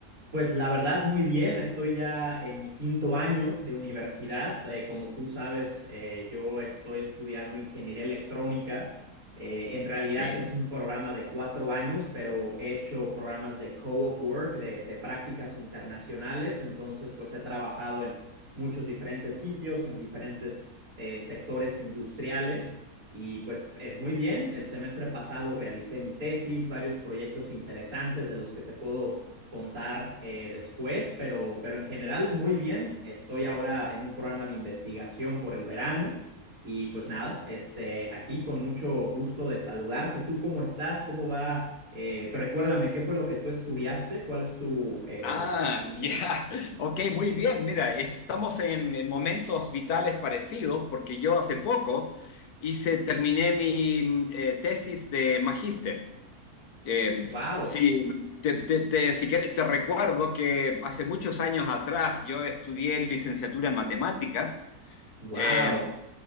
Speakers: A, on the right; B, on the left.
A: Pues la verdad, muy bien. Estoy ya en mi quinto año de universidad. Eh, como tú sabes, eh, yo estoy estudiando ingeniería electrónica. Eh, en realidad
B: Sí.
A: es un programa de cuatro años, pero he hecho programas de co-op work, de, de prácticas internacionales. Entonces, pues he trabajado en muchos diferentes sitios, en diferentes eh, sectores industriales. Y pues es muy bien. El semestre pasado realicé mi tesis, varios proyectos interesantes de los que te puedo contar eh, después, pero, pero en general muy bien. Estoy ahora en un programa de investigación por el verano y pues nada, este, aquí con mucho gusto de saludarte. ¿Tú cómo estás? ¿Cómo va? Eh, tú recuérdame, ¿qué fue lo que tú estudiaste? ¿Cuál es tu, eh,
B: Ah,
A: tu camino?
B: <laughs> ya. Ok, muy bien. Mira, estamos en, en momentos vitales parecidos porque yo hace poco hice, terminé mi eh, tesis de magíster. Eh,
A: Wow,
B: sí, te, te- te- si quieres, te recuerdo que hace muchos años atrás yo estudié licenciatura en matemáticas.
A: wow,
B: Eh,